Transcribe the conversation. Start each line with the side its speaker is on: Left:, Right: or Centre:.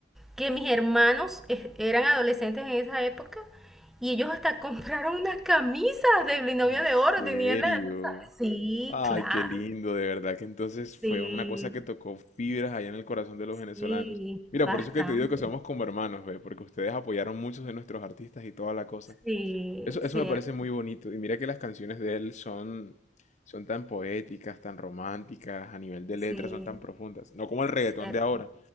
Centre: que mis hermanos es- eran adolescentes en esa época y ellos hasta <laughs> compraron unas camisas del binomio
Left: ¿En
Centre: de
Left: serio?
Centre: oro, tenían la... Sí,
Left: Ay,
Centre: claro,
Left: qué lindo, de verdad que entonces fue
Centre: sí,
Left: una cosa que tocó fibras allá en el corazón de los venezolanos.
Centre: sí,
Left: Mira,
Centre: bastante.
Left: por eso es que te digo que somos como hermanos, ve, porque ustedes apoyaron muchos de nuestros artistas y toda la cosa.
Centre: Sí,
Left: Eso, eso
Centre: cierto,
Left: me parece muy bonito. Y mira que las canciones de él son, son tan poéticas, tan románticas, a nivel de letras
Centre: sí,
Left: son tan profundas. No como el reggaetón
Centre: cierto.
Left: de ahora.